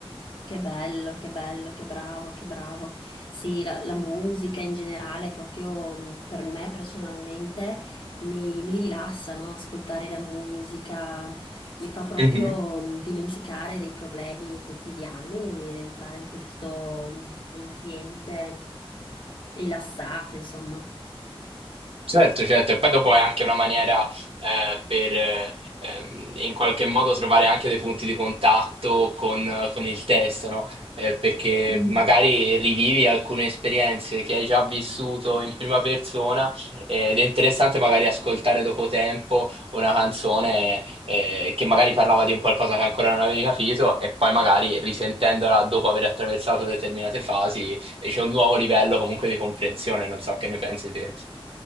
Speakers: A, on the left; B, on the right.
A: Che bello, che bello, che bravo, che bravo. Sì, la, la musica in generale, proprio mh, per me personalmente, mi, mi rilassa, no? Ascoltare la musica mi fa proprio
B: sì.
A: mh, dimenticare dei problemi quotidiani ed entrare in questo mhmm, ambiente rilassato, insomma.
B: Certo, certo, e poi dopo è anche una maniera eh, per eh, ehm, in qualche modo trovare anche dei punti di contatto con, con il testo, no? Eh, perché
A: Mhm.
B: magari rivivi alcune esperienze che hai già vissuto in prima persona eh, ed è interessante magari ascoltare dopo tempo una canzone eh, che magari parlava di un qualcosa che ancora non avevi capito e poi magari risentendola dopo aver attraversato determinate fasi eh, c'è un nuovo livello comunque di comprensione, non so che ne pensi te.